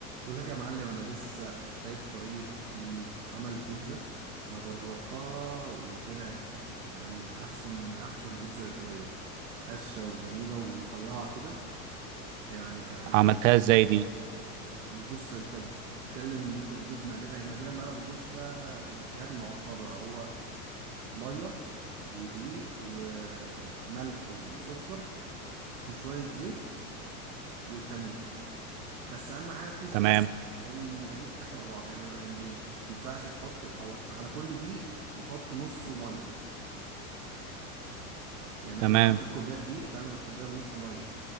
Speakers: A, on the right; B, on the right.
A: بقول لك يا معلم انا لسه شايف طريقة عمل بيتزا انا جربتها وطلعت يعني احسن من احسن بيتزا ايطالية هشة وجميلة ورفيعة كده يعني كان
B: عملتها ازاي دي
A: بص انت بتتكلم ان انت بتجيب مقادير هي مقادير بقى ما بتجيبش بقى الحاجات المعقدة هو مية ودقيق وملح وسكر وشوية زيت والخميرة بس اهم حاجه فيهم
B: تمام
A: كلهم هي المقادير تتركب مع بعض يعني يعني ما ينفعش تحط هو على كل دقيق بتحط نص ميه يعني
B: تمام
A: انت لو تعمل كوبايات دقيق تعمل كوبايه ونص ميه